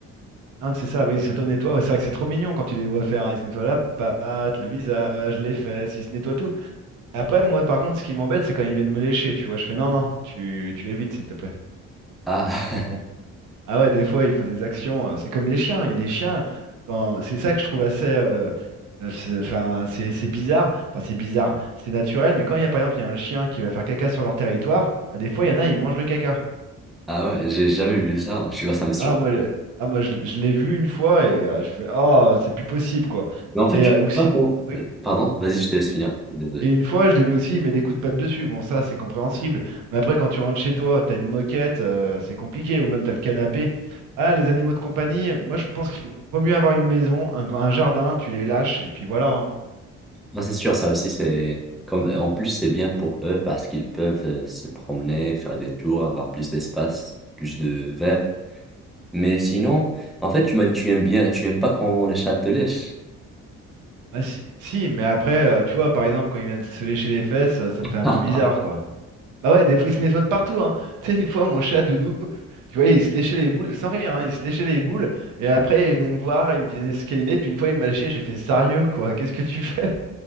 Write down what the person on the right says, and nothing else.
Ah, mais c'est ça, oui, ils s'auto-nettoient. Ouais, c'est vrai que c'est trop mignon quand tu les vois faire. hein. Ils se nettoient la patte, le visage, les fesses, ils se nettoient tout. Après, moi, par contre, ce qui m'embête, c'est quand ils viennent me lécher, tu vois. Je fais non, non, tu, tu évites, s'il te plaît.
Donc bon. Ah ouais, des fois, ils font des actions. euh, C'est comme les chiens. Il y a des chiens, quand... c'est ça que je trouve assez. euh, euh, c'est- Enfin, c'est c'est bizarre. Enfin, c'est bizarre. C'est naturel, mais quand il y a, par exemple, il y a un chien qui va faire caca sur leur territoire, bah, des fois, il y en a, ils mangent le caca.
Ah moi, je- ah, moi je, l'ai je l'ai vu une fois et euh, j'ai fait ah c'est plus possible quoi.
Les,
euh,
ou si-
oui.
Et une fois je l'ai vu aussi il met des coups de patte dessus. Bon ça c'est compréhensible. Mais après quand tu rentres chez toi t'as une moquette euh, c'est compliqué ou même t'as le canapé. Ah les animaux de compagnie moi je pense qu'il faut vaut mieux avoir une maison un, grand- un jardin tu les lâches et puis voilà. hein.
Ah, si, si mais après euh, tu vois par exemple quand ils viennent se lécher les fesses euh, ça me
fait un peu bizarre quoi. Bah ouais, des fois, il se nettoie de partout, hein. Tu sais, une fois, mon chat, Doudou, tu vois, il se léchait les boules, sans rire, hein, il se léchait les boules, et après, il venait me voir, il venait se câliner, puis une fois, il m'a léché, j'ai fait, sérieux, quoi, qu'est-ce que tu fais?